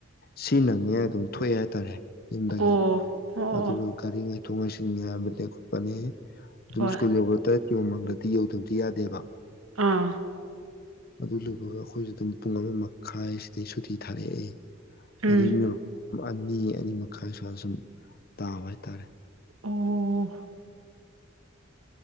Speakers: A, on the left (about 45°); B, on the right (about 85°).
A: ꯁꯤ ꯅꯪꯉꯦ ꯑꯗꯨꯝ ꯊꯣꯛꯑꯦ ꯍꯥꯏꯇꯥꯔꯦ ꯌꯨꯝꯗꯒꯤ
B: ꯑꯣ ꯑꯣ
A: ꯑꯗꯨꯒ ꯒꯥꯔꯤ ꯉ ꯊꯨꯡꯉꯥꯏꯁꯤꯟꯒꯦ ꯍꯥꯏꯕꯗꯤ ꯈꯣꯠꯄꯅꯤ ꯑꯗꯨꯝ
B: ꯍꯣꯏ
A: ꯁꯀꯨꯜ ꯌꯧꯕꯗ ꯇꯔ‌ꯦꯠ ꯀꯤ ꯃꯃꯥꯡꯗꯗꯤ ꯌꯧꯗꯕꯗꯤ ꯌꯥꯗꯦꯕ
B: ꯑꯥ
A: ꯑꯗꯨ ꯂ‌ꯣꯏꯕꯒ ꯑꯩꯈꯣꯏꯁꯨ ꯑꯗꯨꯝ ꯄꯨꯡ ꯑꯃ ꯃꯈꯥꯏꯁꯤꯗꯩ ꯁꯨꯇꯤ ꯊꯥꯔꯛꯑꯦ
B: ꯎꯝ
A: ꯑꯗꯨ ꯑꯅꯤ ꯑꯅꯤ ꯃꯈꯥꯏ ꯁ꯭ꯋꯥꯏ ꯁꯨꯝ ꯇꯥꯕ ꯍꯥꯏꯇꯥꯔꯦ
B: ꯑꯣ